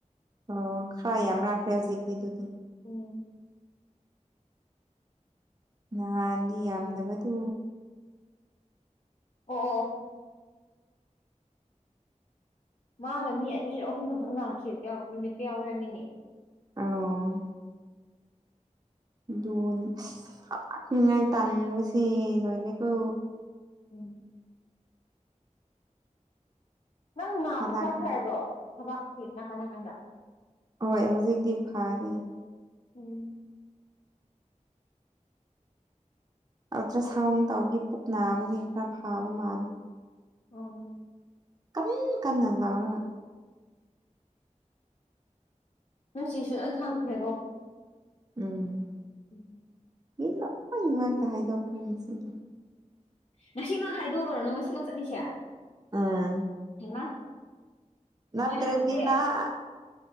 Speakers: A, on the right; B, on the left.
A: ꯑꯣ ꯈꯥꯔ ꯌꯥꯝ ꯔꯛꯈꯔ‌ꯦ ꯍꯧꯖꯤꯛꯗꯤ ꯗꯨꯗꯤ
B: ꯎꯝ
A: ꯅꯍꯥꯟꯗꯤ ꯌꯥꯝꯗꯕꯗꯨ
B: ꯑꯣ ꯑꯣ ꯃꯥꯅ ꯃꯤ ꯑꯅꯤꯔꯛ ꯑꯍꯨꯝꯂꯛꯇꯪ ꯂꯥꯛꯈꯤ ꯌꯥꯝ ꯅꯨꯃꯤꯠ ꯀꯌꯥꯝ ꯑꯣꯏꯍꯟꯅꯤꯡꯉꯤ
A: ꯑꯥꯎ ꯑꯗꯨꯟ ꯑꯁ ꯍꯧꯒꯠꯅꯤꯉꯥꯏ ꯇꯟꯕꯁꯤ ꯂꯣꯏꯔꯦꯀꯣ
B: ꯎꯝ ꯅꯪ ꯅꯥꯕ
A: ꯍꯜꯂꯛ
B: ꯈꯔ ꯐꯔꯕ꯭ꯔꯣ ꯊꯕꯛꯀꯤ ꯅꯥꯀꯟ ꯅꯥꯀꯟꯗ
A: ꯍꯣꯏ ꯍꯧꯖꯤꯛꯗꯤ ꯐꯥꯔꯦ
B: ꯎꯝ
A: ꯑꯜꯇ꯭ꯔ ꯁꯥꯎꯟ ꯇꯧꯒꯤ ꯄꯨꯛ ꯅꯥꯕꯁꯤ ꯈꯔ ꯐꯥꯕ ꯃꯥꯟ
B: ꯑꯣ
A: ꯀꯔꯤ ꯀꯟꯅ ꯂꯥꯎꯔꯒ
B: ꯅꯣꯏ ꯆꯦꯁꯨ ꯈꯪꯈ꯭ꯔꯦꯀꯣ
A: ꯎꯝ
B: ꯎꯝ
A: ꯃꯤ ꯂꯣꯏꯅꯃꯛꯇ ꯍꯥꯏꯗ‌ꯣꯛꯈ꯭ꯔꯦ ꯉꯁꯤꯒꯤ
B: ꯉꯁꯤꯃꯛ ꯍꯥꯏꯗꯣꯛꯑꯒꯔꯣ ꯅꯪ ꯉꯁꯤꯃꯛ ꯆꯠꯂꯤꯁꯦ
A: ꯑꯥ
B: ꯍꯩꯃꯥ
A: ꯅꯠꯇ꯭ꯔꯗꯤ
B: ꯃꯣꯏ ꯍꯪꯗꯦ
A: ꯅꯥꯍ